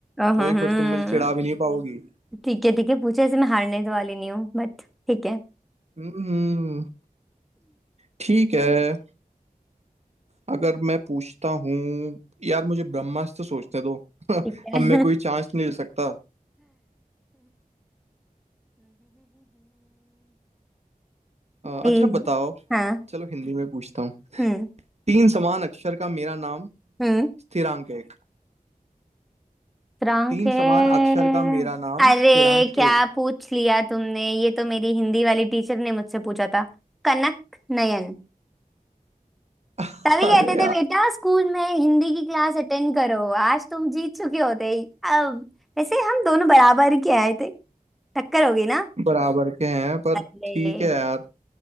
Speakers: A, in the centre; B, on the right.
A: अहं,
B: तो वही फिर तुम मुझे चिढ़ा भी नहीं पाओगी
A: ठीक है ठीक है पूछो ऐसे मैं हारने तो वाली नहीं हूँ बट ठीक है
B: हम्म ठीक है अगर मैं पूछता हूँ यार मुझे ब्रह्मास्त्र सोचने दो <laughs> अब
A: ठीक है
B: मैं कोई चांस नहीं ले सकता अ,
A: इस-
B: अच्छा बताओ
A: हाँ
B: चलो हिंदी में पूछता हूँ
A: हम्म
B: तीन समान अक्षर का मेरा नाम
A: हम्म
B: स्थिरांक एक
A: फ्रांक
B: तीन
A: है
B: समान अक्षर का मेरा नाम
A: अरे
B: स्थिरांक
A: क्या
B: एक
A: पूछ लिया तुमने ये तो मेरी हिंदी वाली टीचर ने मुझसे पूछा था कनक नयन
B: <laughs>
A: तभी कहते
B: अरे
A: थे बेटा स्कूल में हिंदी की क्लास अटेंड करो आज तुम जीत चुके होते अब वैसे हम दोनों बराबर के आए थे टक्कर होगी ना
B: बराबर के हैं पर
A: अरे
B: ठीक है यार